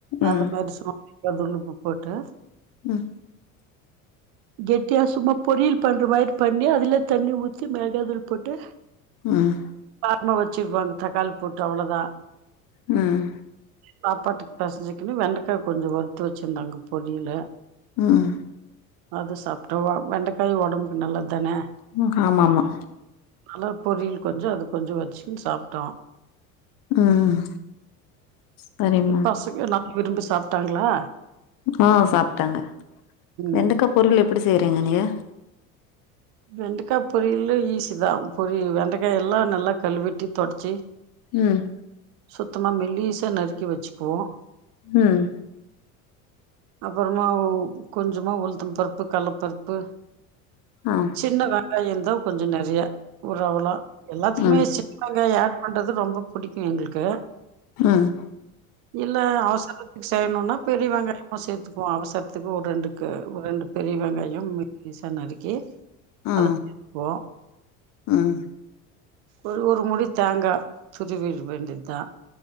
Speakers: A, on the left; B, on the right.
A: ம்
B: அது மாரி <inaudible> க தூளுப்பு போட்டு
A: ம்
B: கெட் ட்டியா சும்மா பொறியில் பண்ற மாரி பண்ணி அதுல தண்ணி ஊத்தி மெளகாதூள் போட்டு
A: ம்
B: ம்மா வெச்சிருவாங்க தக்காளி போட்டு அவ்வளோதா
A: ம்
B: சாப்பாட்டுக்கு பெசஞ்சுக்குனு வெண்டக்கா கொஞ்சோ வறுத்து வெச்சிருந்தாங்க பொறியில
A: ம்
B: அது சாப் டு வா வெண்டைக்காய் ஒடம்புக்கு நல்லது தானே
A: ம் ஆமாமா
B: நல்லா பொறியில் கொஞ்சோ அது கொஞ்சோ வெச்சுன்னு சாப்ட்டோ
A: ம் சரிமா
B: பசங்க நல்லா விரும்பி சாப்ட்டாங்களா
A: ஆ சாப்ட்டாங்க
B: ம்
A: வெண்டக்கா பொறியல் எப்புடி செய்றீங்க நீங்க
B: வெண்டைக்கா பொறியல்லும் ஈஸிதா பொறியில் வெண்டைக்கா எல்லா நல்லா கழுவிட்டி தொடச்சி
A: ம்
B: சுத்தமா மெல்லிசா நறுக்கி வெச்சுக்குவோம்
A: ம்
B: அப்றமா கொஞ்சமா உளுத்தம் பருப்பு கல்லப் பருப்பு
A: ஆ
B: சின்ன வெ ங்காயோ இந்தா கொஞ்சோ நெறையா ஒரு அவ்ளா எல்லாத்துக்குமே
A: ம்
B: சின்ன வெங்காயோ ஆட் பண்றது ரொம்போ பிடிக்கூ எங்குளுக்கு
A: ம்
B: இல்ல அவசரத்துக்கு செய்யணுனா பெரிய வெங்காயமு சேத்துக்குவோ அவசரத் துக்கு ஒரு ரெண்டுக்கு ஒரு ரெண்டு பெரிய வெங்காயம் மெல்லிசா நறுக்கி <unintelligible>
A: ஆ ம்
B: ஒரு ஒரு மூடி தேங்கா துருவிரு வேண்டித்தா